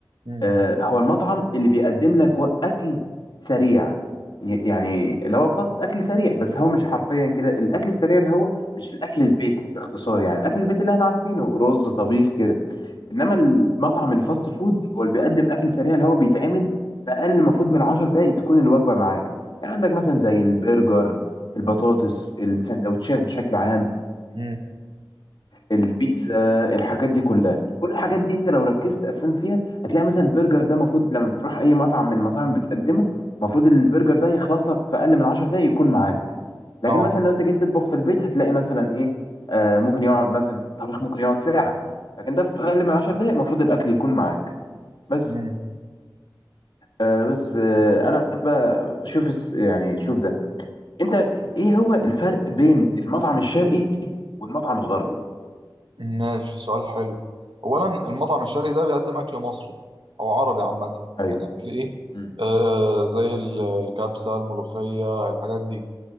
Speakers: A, on the right; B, on the left.
A: مم.
B: آه هو المطعم اللي بيقدم لك و- اكل سريع ي- يعني اللي هو فاست اكل سريع بس هو مش حرفيا كده الاكل السريع اللي هو مش الاكل البيتي باختصار يعني الاكل البيتي اللي احنا عارفينه رز طبيخ كده انما المطعم الفاست فود هو اللي بيقدم اكل سريع اللي هو بيتعمل في اقل المفروض من 10 دقائق تكون الوجبه معاك يعني عندك مثلا زي البرجر البطاطس السندوتشات بشكل عام
A: مم.
B: البيتزا الحاجات دي كلها كل الحاجات دي انت لو ركزت اساسا فيها هتلاقي مثلا البرجر ده المفروض لما تروح اي مطعم من المطاعم بتقدمه المفروض البرجر ده يخلص لك في اقل من 10 دقايق يكون معاك لكن
A: اه
B: مثلا لو انت جيت تطبخ في البيت هتلاقي مثلا ايه آه ممكن يقعد مثلا الطبيخ ممكن يقعد ساعة لكن ده في اقل من 10 دقايق المفروض الاكل يكون معاك بس
A: مم.
B: آه بس آه انا بقى بشوف الس- يعني شوف ده انت ايه هو الفرق بين المطعم الشرقي والمطعم الغربي
A: ماشي سؤال حلو أولا المطعم الشرقي ده بيقدم أكل مصري أو عربي عامة
B: ايوه
A: يعني أكل ايه؟
B: امم
A: آه زي ال- الكبسة الملوخية الحاجات دي